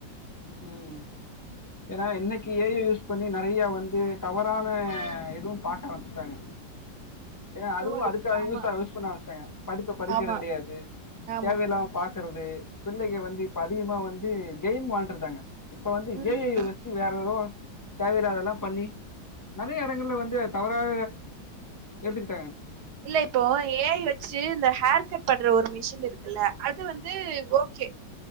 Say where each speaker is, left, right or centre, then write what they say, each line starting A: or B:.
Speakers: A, on the left; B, on the right.
A: ம் ஏனா இன்னைக்கு ஏ ஐ யூஸ் பண்ணி நெறையா வந்து தவறான எதுவு பாக்க ஆரம்பிச்ட்டாங்க ஏங்க அதுவு
B: இருக்கு
A: அதுக்காக
B: ஆமா
A: யூஸ் ஆவு யூஸ் பண்ண ஆரம்ச்ட்டாங்க படிப்ப படிக்கிறது
B: ஆமா
A: கெடையாது
B: ஆமா
A: தேவையில்லாம் பாக்கறது பிள்ளைக வந்து இப்போ அதிகமாக வந்து கேம் வான்டரு தாங்க இப்ப வந்து
B: ம்
A: ஏ ஐ வச்சு வேற ஏதோ தேவையில்லாதெல்லா பண்ணி நெறைய எடங்கள்ல வந்து தவறாக எடுத்துக்கிட்டாங்க
B: இல்ல இப்போ ஏ ஐ வச்சி இந்த ஹேர் கட் பண்ற ஒரு மிஷின் இருக்குல்ல அது வந்து ஓகே